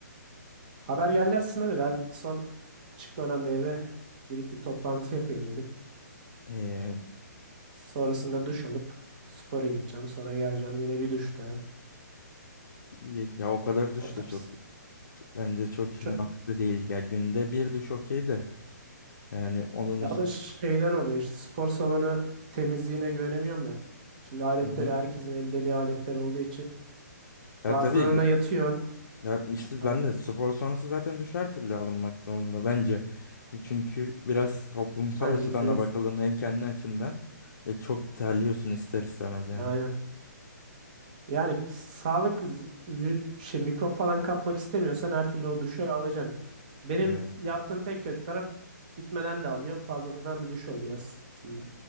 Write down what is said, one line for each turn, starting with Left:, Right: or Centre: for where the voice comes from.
Right: Haber geldi aslında da ben son Çıkmadan bir eve girip bir toplantı yapayım dedim.
Left: Ee,
Right: Sonrasında duş alıp spora gideceğim. Sonra geleceğim yine bir duş daha.
Left: y- ya o kadar duş
Right: O tarz.
Left: da çok bence çok
Right: Çö-
Left: mantıklı değil. Ya günde bir duş okey de yani onun
Right: ya
Left: üstü.
Right: o da şeyden oluyor işte spor salonu temizliğine güvenemiyorum ya. Şimdi aletleri
Left: Hı hı.
Right: herkesin ellediği aletler olduğu için
Left: Ya
Right: bazılarına
Left: tabii
Right: yatıyorsun.
Left: Ya işte
Right: Aynen.
Left: ben de spor sonrası zaten düşer türlü alınmak zorunda bence. E Çünkü biraz toplumsal
Right: Ha,
Left: açıdan
Right: yüzde
Left: da
Right: yüz.
Left: bakıldığında hem kendi açından e çok terliyorsun ister istemez yani.
Right: Aynen. Yani sağlık z- bir şey mikrop falan kapmak istemiyorsan her türlü o duşu alacaksın. Benim
Left: Öyle.
Right: yaptığım tek kötü taraf gitmeden de alıyorum. Fazladan bir duş oluyor aslında.